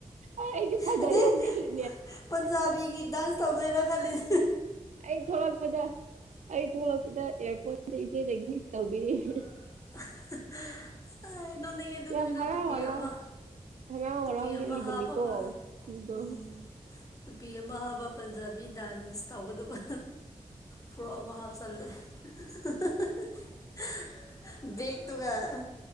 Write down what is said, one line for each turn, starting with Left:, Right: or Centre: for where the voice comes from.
Right: ꯑꯩꯗꯤ ꯐꯖ
Left: ꯍꯥꯏꯗꯤ
Right: <unintelligible>
Left: ꯄꯟꯖꯥꯕꯤꯒꯤ ꯗꯥꯟꯁ ꯇꯧꯗꯣꯏꯔ ꯈꯜꯂꯤ <unintelligible>
Right: ꯑꯩ ꯊꯣꯛꯂꯛꯄꯗ ꯑꯩ ꯊꯣꯛꯂꯛꯄꯗ ꯑꯦꯌꯥꯔꯄꯣꯔꯠꯇ ꯏꯆꯦꯗꯒꯤ ꯇꯧꯕꯤꯔ <unintelligible>
Left: <unintelligible> ꯅꯣꯛꯅꯤꯡꯉꯦ ꯑꯗꯨ
Right: ꯌꯥꯝ
Left: ꯅꯣꯏꯗ
Right: ꯍꯔꯥꯎ
Left: ꯇꯨꯞꯄꯤ
Right: ꯍꯔꯥꯎ
Left: ꯑꯃ
Right: ꯍꯔꯥꯎ
Left: ꯇꯨꯄꯤ
Right: ꯍꯔꯥꯎ
Left: ꯑꯃ
Right: ꯂꯤꯠꯂꯤꯕꯅꯤꯀꯣ
Left: ꯍꯥꯞꯄꯒ
Right: ꯑꯗꯨꯗꯣ
Left: ꯎꯝ ꯇꯨꯄꯤ ꯑꯃ ꯍꯥꯞꯄꯒ ꯄꯟꯖꯥꯕꯤ ꯗꯥꯟꯁ ꯇꯧꯒꯗꯕ ꯐꯣꯔꯣꯛ ꯑꯃ ꯍꯥꯞꯆꯜꯂꯦ꯫ <unintelligible> ꯕꯦꯛꯇꯨꯒ